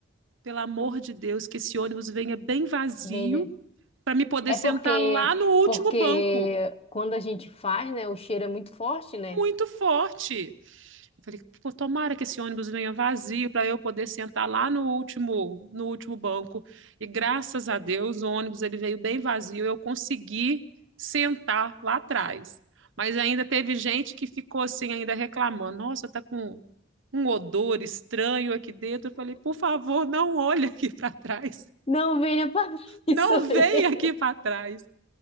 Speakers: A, on the right; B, on the left.
A: pelo amor de Deus, que esse ônibus venha bem vazio
B: bem, né?
A: para me poder
B: É
A: sentar
B: porque,
A: lá no último
B: porque
A: banco.
B: quando a gente faz, né, o cheiro é muito forte, né?
A: muito forte. Eu falei, pô, tomara que esse ônibus venha vazio para eu poder sentar lá no último, no último banco. E graças a Deus, o ônibus ele veio bem vazio, eu consegui sentar lá atrás. Mas ainda teve gente que ficou assim ainda reclamando. Nossa, tá com um odor estranho aqui dentro. Eu falei, por favor, não olhe aqui <laughs> para trás.
B: Não, venha para <laughs>
A: Não
B: isso. aí.
A: venha aqui para trás.